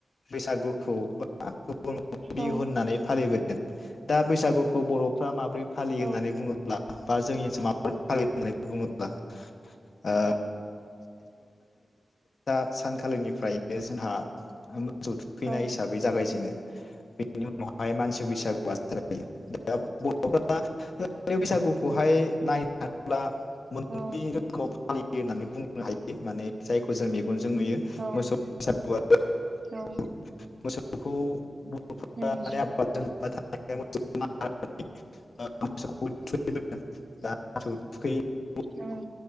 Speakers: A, on the left; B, on the right.
A: बैसागु खौ बा <unintelligible> बिहु
B: औ
A: होननानै फालिबो दों दा बैसागुखौ बर' फ्रा माबोरै फालियो होननानै
B: औ
A: बुङोब्ला? बा जोंनि <unintelligible> फालि बुङोब्ला ओ <unintelligible> सानखालिनिफ्रायनो जोंहा फैनाय
B: औ
A: हिसाबै जागायजेनो <inaudible> <unintelligible> फाय मानसि बैसागुआ जायो बर'फोरा <unintelligible> बैसागुखौहाय नाय <unintelligible> थाङोब्ला मोननै
B: औ
A: रोखोमाव फालियो होननानै बुंनो हायो माने जायखौ जों मेगनजों नुयो
B: औ
A: मोसौ बैसागुआ
B: औ
A: <unintelligible> मोसौखौ <unintelligible>
B: उम
A: <unintelligible>
B: औ